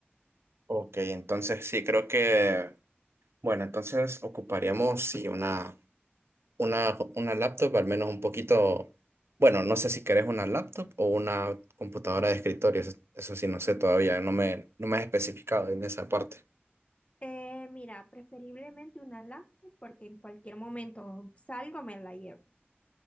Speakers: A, on the right; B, on the left.
A: Ok, entonces sí creo que, bueno, entonces ocuparíamos sí una una, una laptop, al menos un poquito, bueno, no sé si querés una laptop o una computadora de escritorio, eso, eso sí no sé todavía, no me, no me has especificado en esa parte.
B: Eh, mira, preferiblemente una laptop porque en cualquier momento salgo, me la llevo.